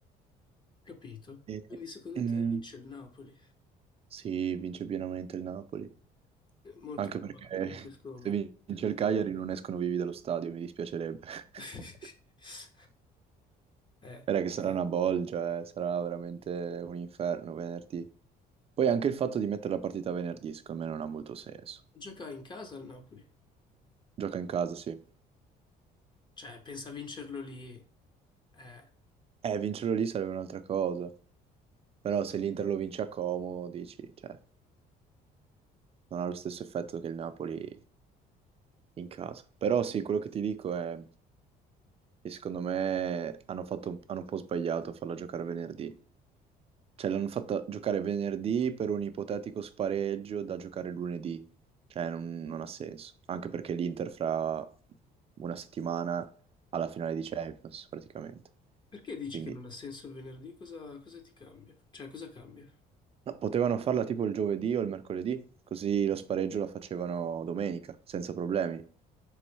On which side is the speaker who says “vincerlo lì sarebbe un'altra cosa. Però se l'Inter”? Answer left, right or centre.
Right